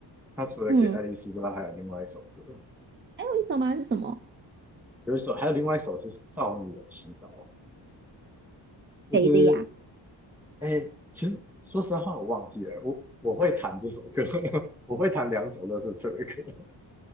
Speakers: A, in the centre; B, on the right (about 25°).
A: 他除了给爱丽丝之外，
B: <laughs> 嗯，
A: 还有另外一首歌，
B: 还有一首吗？是什么？
A: 有一首，还有另外一首是《少女的祈祷》。就是
B: 谁的呀？太
A: 哎、其实说实话，我忘记了，我我会弹这首歌，<laughs> 我会弹两首《乐色车》的歌。